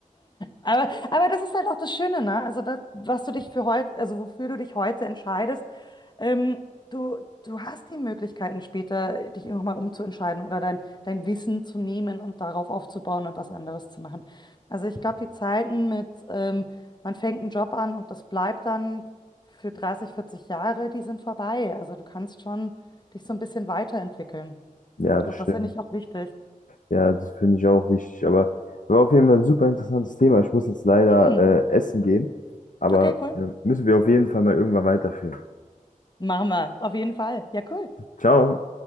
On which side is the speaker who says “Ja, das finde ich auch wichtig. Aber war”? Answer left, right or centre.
Left